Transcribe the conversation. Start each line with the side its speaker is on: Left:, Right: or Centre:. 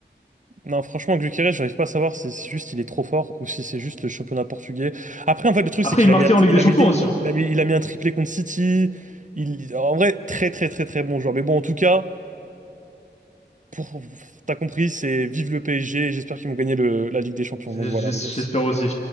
Right: Non, franchement, Gyökeres, j'arrive pas à savoir si c'est juste il est trop fort ou si c'est juste le championnat portugais. Après, en fait, le truc,
Left: Après,
Right: c'est qu'il
Left: il marquait
Right: a mis, un-
Left: en Ligue
Right: il
Left: des
Right: a
Left: Champions
Right: mis, des-
Left: aussi,
Right: il
Left: hein.
Right: a mis, il a mis un triplé contre City. Il, en vrai, très, très, très, très bon joueur. Mais bon, en tout cas, pour, t'as compris, c'est vive le PSG. J'espère qu'ils vont gagner le- la Ligue des Champions.
Left: J'es-
Right: Donc voilà,
Left: j'es-
Right: beau gosse.
Left: J'espère aussi.